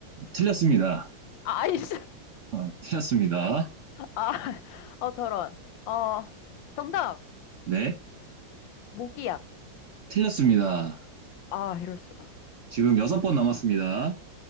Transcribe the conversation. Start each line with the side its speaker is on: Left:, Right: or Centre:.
Right: 틀렸습니다.
Left: 아, 아이씨.
Right: 아, 틀렸습니다.
Left: 아, 어, 저런. 어, 정답!
Right: 네,
Left: 모기약.
Right: 틀렸습니다.
Left: 아, 이럴 수가.
Right: 지금 여섯 번 남았습니다.